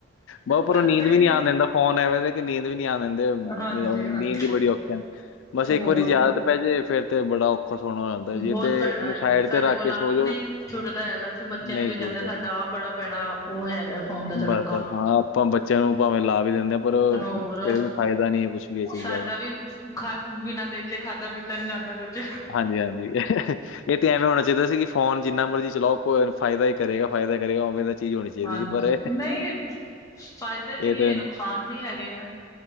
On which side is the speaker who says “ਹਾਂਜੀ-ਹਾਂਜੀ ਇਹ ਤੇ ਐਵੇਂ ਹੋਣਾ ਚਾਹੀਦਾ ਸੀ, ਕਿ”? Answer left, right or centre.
Left